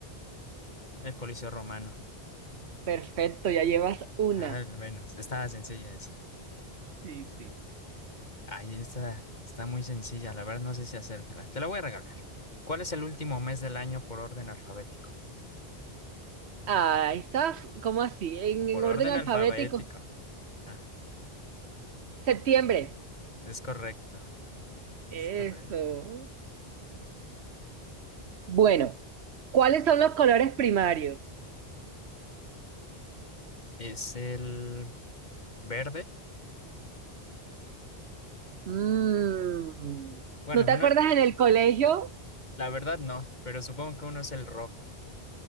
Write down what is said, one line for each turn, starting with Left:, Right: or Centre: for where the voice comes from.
Left: El Coliseo Romano.
Right: Perfecto, ya llevas una.
Left: Ah, Al menos. Estaba sencilla esa.
Right: Sí, sí.
Left: Ay, está, está muy sencilla. La verdad no sé si hacértela. Te la voy a regalar. ¿Cuál es el último mes del año por orden alfabético?
Right: Ah, está, f- ¿cómo así? En,
Left: Por
Right: en orden
Left: orden
Right: alfabético.
Left: alfabético. Ah,
Right: Septiembre.
Left: Es correcto,
Right: Eso.
Left: es correcto.
Right: Bueno, ¿cuáles son los colores primarios?
Left: Es el verde.
Right: Mm,
Left: Bueno,
Right: ¿No te
Left: uno,
Right: acuerdas
Left: eh,
Right: en el colegio?
Left: la verdad no, pero supongo que uno es el rojo.